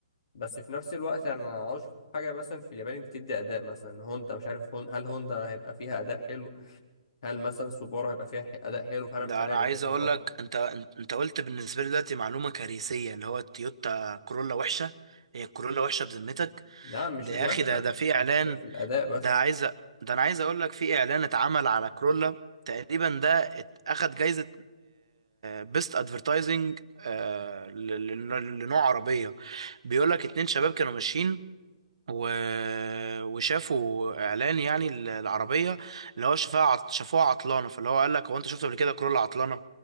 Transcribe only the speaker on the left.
بس في نفس الوقت يعني انا ما اعرفش حاجه مثلا في اليابان بتدي اداء مثلا هوندا مش عارف هون هل هوندا هيبقى فيها اداء حلو هل مثلا سوبارو هيبقى فيها ح- اداء حلو فانا
مش عارف
هيبقى ايه
الافضل
نعم مش
الوحشه
هي
الفكره في الاداء بس